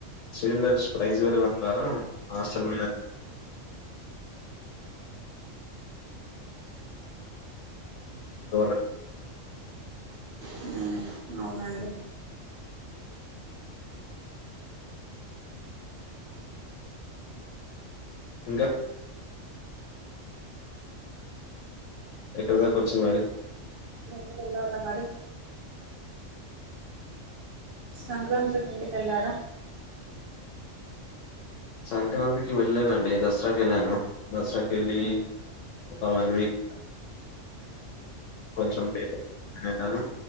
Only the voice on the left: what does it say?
సిలిండర్స్ ప్రైస్ పెరగ సారా అసలు <inaudible>
ఇంకా ఎక్కడి దాకా వచ్చింది మరి
సంక్రాంతి కి వెళ్లాను అండి ద దసరా కి వెళ్ళాను దసరాకి వెళ్ళి
ఒక వన్ వీక్ కొంచెం వెళ్ళాను